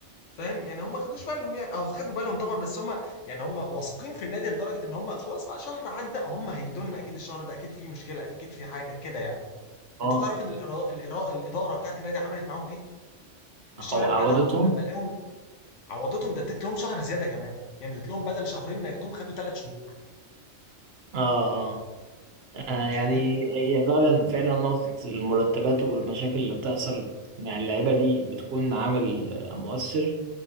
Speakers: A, on the left; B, on the right.
A: فاهم يعني هم ما خدوش بالهم يعني او خدوا بالهم طبعا بس هم يعني هم واثقين في النادي لدرجه ان هم خلاص بقى شهر عدى هم هيدونا اكيد الشهر ده اكيد في مشكله اكيد في حاجه كده يعني انت
B: اه
A: تعرف ان الإرا- الإرا- الاداره بتاعت النادي عملت معاهم ايه الشهر
B: عو-
A: اللي
B: عودتهم
A: بعديه على طول لما لقاهم عوضتهم ده اديت لهم شهر زياده كمان يعني اديت لهم بدل شهرين ما ياخدوهم خدوا ثلاث شهور
B: اه آه،
A: انت
B: آه،
A: متخيل
B: يعني هي فعلا فعلا نقطة المرتبات والمشاكل اللي بتحصل مع اللعيبة دي بتكون عامل آه، مؤثر